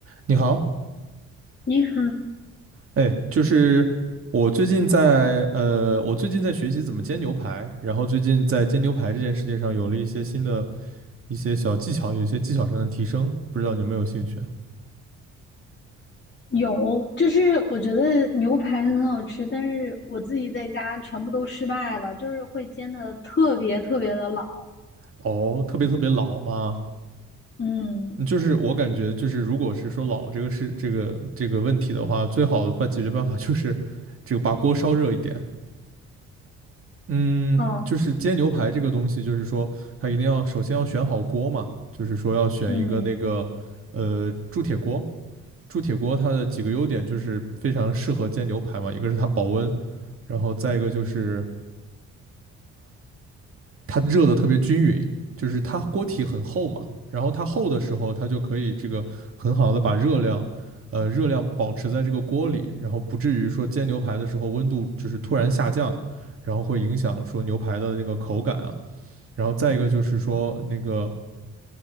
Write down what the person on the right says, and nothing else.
你好，
哎，就是我最近在呃，我最近在学习怎么煎牛排，然后最近在煎牛排这件事情上有了一些新的一些小技巧，有一些技巧上的提升，不知道你有没有兴趣啊？
哦，特别特别老吗？嗯
就是我感觉就是，如果是说老这个是这个这个问题的话，最好的办解决办法就是这个把锅烧热一点，嗯，
就是煎牛排这个东西，就是说它一定要首先要选好锅嘛，就是说要选一个那个呃铸铁锅。
铸铁锅它的几个优点就是非常适合煎牛排嘛，一个是它保温，然后再一个就是它热的特别均匀，就是它锅体很厚嘛，然后它厚的时候，它就可以这个很好的把热量，呃热量保持在这个锅里，然后不至于说煎牛排的时候温度就是突然下降，然后会影响说牛排的那个口感啊。然后再一个就是说那个